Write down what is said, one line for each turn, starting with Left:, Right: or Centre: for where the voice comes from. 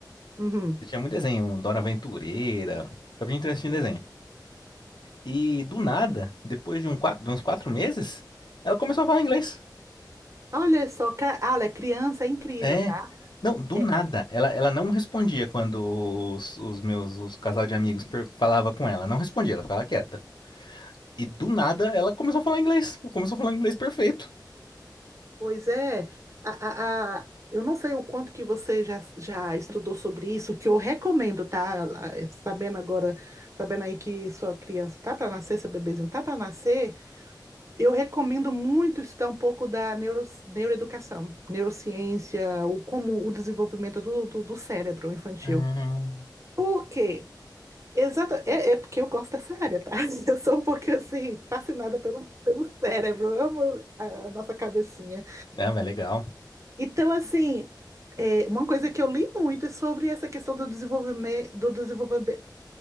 Right: Uhum.
Left: Assistia muito desenho, Dora Aventureira. Eu vim assistindo desenho. E do nada, depois de, um, qua- de uns quatro meses, ela começou a falar inglês.
Right: Olha só, ca- olha, criança é incrível.
Left: É. Não, do
Right: É,
Left: nada.
Right: é,
Left: Ela, ela não respondia quando os, os meus, os casal de amigos per- falava com ela. Não respondia, ela ficava quieta. E do nada ela começou a falar inglês. Começou a falar inglês perfeito.
Right: pois é, a, a- a- eu não sei o quanto que você já, já estudou sobre isso, que eu recomendo, tá? Ah, Sabendo agora, sabendo aí que sua criança tá para nascer, seu bebezinho tá para nascer, eu recomendo muito estudar um pouco da neuro, neuroeducação, neurociência, o, como o desenvolvimento do, do, do cérebro infantil.
Left: Ah,
Right: Por quê? Exato, é, é porque eu gosto dessa área, tá? <laughs> Eu sou um pouquinho assim, fascinada pelo, pelo cérebro, eu amo a, a nossa cabecinha.
Left: é mas legal.
Right: Então, assim, é, uma coisa que eu li muito é sobre essa questão do desenvolvimento, do desenvolvimento,